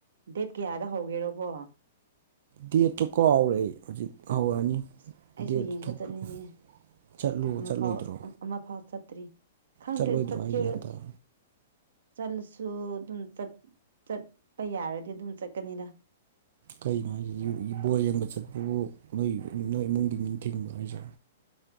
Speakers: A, on the right; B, on the right.
A: ꯗꯦꯠ ꯀꯌꯥꯗ ꯍꯧꯒꯦꯔꯣꯀꯣ
B: ꯗꯦꯠꯇꯨ ꯀꯥꯎ ꯍꯧꯔꯛꯦ ꯍꯧꯖꯤꯛ ꯍꯧꯔꯛꯑꯅꯤ
A: ꯑꯁ ꯑꯩꯁꯨ
B: ꯗꯦꯠꯇꯨ
A: ꯌꯦꯡꯕ
B: ꯊꯣꯛꯈ꯭ꯔꯦ
A: ꯆꯠꯅꯤꯡꯉꯤ
B: ꯆꯠꯂꯨ
A: ꯑꯃꯐꯥꯎ
B: ꯆꯠꯂꯣꯏꯗ꯭ꯔꯣ
A: ꯑꯃꯐꯥꯎ ꯆꯠꯇ꯭ꯔꯤ ꯈꯪꯗꯦ
B: ꯆꯠꯂꯣꯏꯗ꯭ꯔꯣ
A: ꯇꯠ
B: ꯍꯥꯏꯁꯦ
A: ꯀꯦꯔ
B: ꯍꯟꯗꯛ
A: ꯆꯠꯂꯁꯨ ꯑꯗꯨꯝ ꯆꯠꯄ ꯌꯥꯔꯗꯤ ꯑꯗꯨꯝ ꯆꯠꯀꯅꯤꯗ
B: ꯀꯩꯅꯣ ꯍꯥꯏ ꯕꯣꯜ ꯌꯦꯡꯕ ꯆꯠꯄꯕꯨ ꯅꯣꯏ ꯅꯣꯏ ꯏꯃꯨꯡꯒꯤ ꯃꯤꯅ ꯊꯤꯡꯕ ꯍꯥꯏꯁꯦ